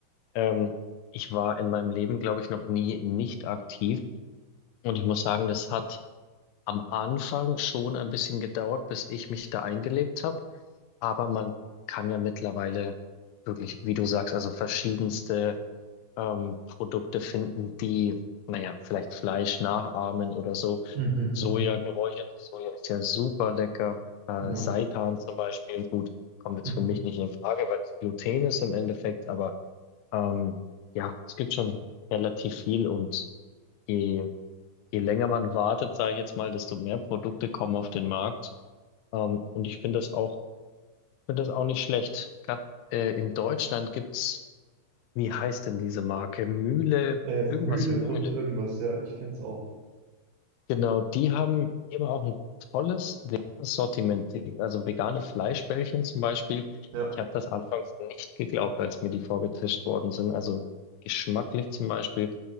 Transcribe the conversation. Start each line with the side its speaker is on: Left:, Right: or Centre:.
Left: Ähm, ich war in meinem Leben, glaube ich, noch nie nicht aktiv. Und ich muss sagen, das hat am Anfang schon ein bisschen gedauert, bis ich mich da eingelebt habe. Aber man kann ja mittlerweile wirklich, wie du sagst, also verschiedenste ähm, Produkte finden, die, naja, vielleicht Fleisch nachahmen oder so.
Right: Mhm,
Left: Soja, geräuchertes Soja ist ja super lecker. Äh,
Right: mhm. Ja.
Left: Seitan zum Beispiel, gut, kommt jetzt
Right: Mhm.
Left: für mich nicht in Frage, weil es Gluten ist im Endeffekt, aber ähm, ja, es gibt schon relativ viel und je, je länger man wartet, sage ich jetzt mal, desto mehr Produkte kommen auf den Markt. Ähm, und ich finde das auch, finde das auch nicht schlecht. Gerade äh, in Deutschland gibt's wie heißt denn diese Marke? Mühle,
Right: Äh,
Left: irgendwas
Right: Mühle
Left: Mühle.
Right: und irgendwas, ja, ich kenn's auch.
Left: Genau, die haben eben auch ein tolles veganes Sortiment, die- also vegane Fleischbällchen zum Beispiel.
Right: Ja,
Left: Ich habe das anfangs nicht geglaubt, als mir die vorgetischt worden sind. Also geschmacklich zum Beispiel,